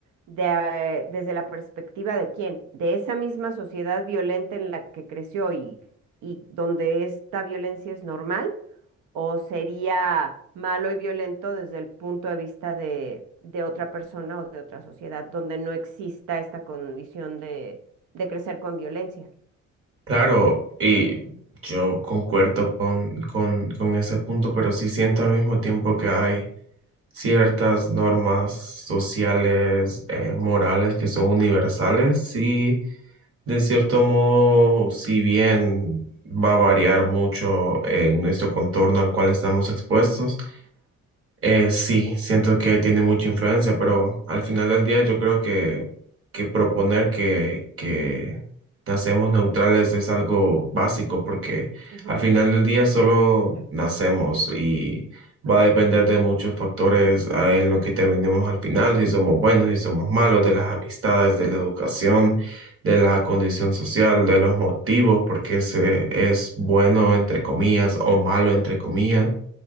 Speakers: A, on the right; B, on the right.
A: de- desde la perspectiva de quién, de esa misma sociedad violenta en la que creció y, y donde esta violencia es normal, o sería malo y violento desde el punto de vista de, de otra persona o de otra sociedad, donde no exista esta condición de, de crecer con violencia.
B: Claro, y yo concuerdo con, con, con ese punto, pero sí siento al mismo tiempo que hay ciertas normas sociales, eh, morales que son universales, sí De cierto modo, si bien va a variar mucho en nuestro contorno al cual estamos expuestos, eh, sí, siento que tiene mucha influencia, pero al final del día yo creo que, que proponer que, que nacemos neutrales es algo básico, porque
A: Ujú,
B: al final del día solo
A: sí.
B: nacemos y
A: Ujú,
B: va a depender de muchos factores ah, en lo que terminemos al final, si somos buenos, si somos malos, de las amistades,
A: ujú,
B: de la educación, de la condición social, de los motivos, porque se es bueno entre comillas o malo entre comillas